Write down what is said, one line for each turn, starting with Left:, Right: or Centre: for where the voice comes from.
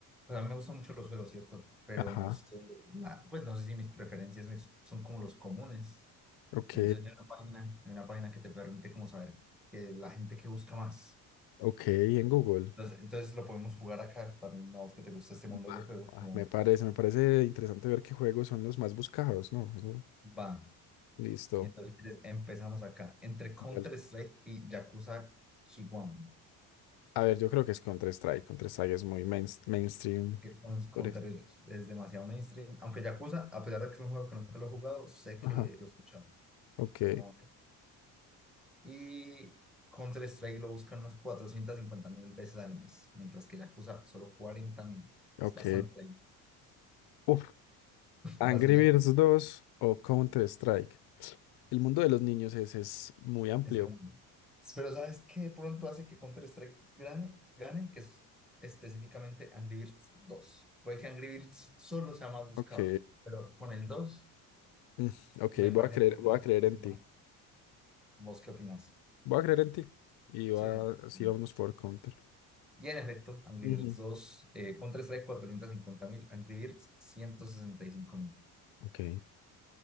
Centre: pues a mí me gustan mucho los juegos, ¿cierto? Pero
Left: Ajá,
Centre: no sé, na- pues no sé si mis preferencias es- son como los comunes.
Left: ok,
Centre: Entonces hay una página, hay una página que te permite como saber que la gente que busca más.
Left: ok, en Google.
Centre: Entonces, entonces lo podemos jugar acá también, a vos que te gusta este mundo
Left: Va,
Centre: de los juegos,
Left: va,
Centre: como...
Left: Me parece, me parece interesante ver qué juegos son los más buscados, ¿no? Eso,
Centre: Va.
Left: listo,
Centre: Entonces empezamos acá, entre Counter-Strike
Left: dale.
Centre: y Yakuza Kiwami,
Left: A ver, yo creo que es Counter-Strike. Counter-Strike es muy main- mainstream.
Centre: que con- Counter
Left: Dale.
Centre: es es demasiado mainstream, aunque Yakuza, a pesar de que es un juego que nunca lo he jugado, sé
Left: Ajá,
Centre: que lo he escuchado.
Left: ok,
Centre: ¿no? Y Counter-Strike lo buscan unas cuatrocientas cincuenta mil veces al mes, mientras que Yakuza solo cuarenta mil.
Left: ok.
Centre: Es bastante.
Left: Uf, Angry
Centre: La siguiente
Left: Birds 2 o Counter-Strike. El mundo de los niños es, es muy amplio.
Centre: Es grande. Pero ¿sabes qué pronto hace que Counter-Strike gane, gane? Que es específicamente Angry Birds 2. Puede que Angry Birds solo sea más buscado,
Left: Ok,
Centre: pero con el 2
Left: Mm, Ok,
Centre: me
Left: voy
Centre: parece
Left: a creer,
Centre: que Counter-Strike
Left: voy a creer
Centre: puede
Left: en
Centre: ser
Left: ti.
Centre: más. ¿Vos qué opinas?
Left: Voy a creer en ti. Y va,
Centre: Sí, sí.
Left: sí,
Centre: sí.
Left: vámonos por counter.
Centre: Y en efecto, Angry
Left: Ujú.
Centre: Birds 2, eh, Counter-Strike cuatrocientos cincuenta mil, Angry Birds ciento sesenta y cinco mil.
Left: Ok.